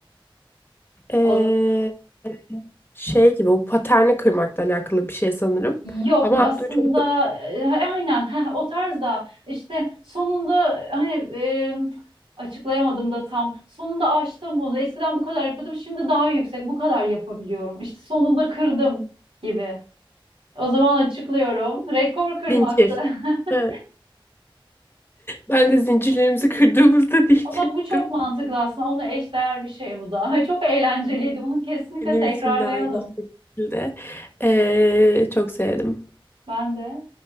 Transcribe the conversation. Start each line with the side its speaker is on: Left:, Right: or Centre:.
Left: Ee,
Right: O za-
Left: şey gibi o paterni kırmakla alakalı bir şey sanırım.
Right: Yok
Left: Ama
Right: aslında
Left: aklıma çok
Right: e, aynen ha, o tarzda işte sonunda hani e, açıklayamadım da tam sonunda aştım bunu eskiden bu kadar yapıyordum şimdi daha yüksek bu kadar yapabiliyorum işte sonunda kırdım gibi o zaman açıklıyorum rekor kırmaktı
Left: zincir. He,
Right: <laughs>
Left: ben de zincirlerimizi kırdığımızda <laughs> diyecektim.
Right: Aa, Bak bu çok mantıklı aslında. Onunla eşdeğer bir şey bu da. <laughs> Çok eğlenceliydi. Bunu kesinlikle
Left: Benim
Right: tekrarlayalım.
Left: için de aynı şekilde. Ee, çok sevdim.
Right: Ben de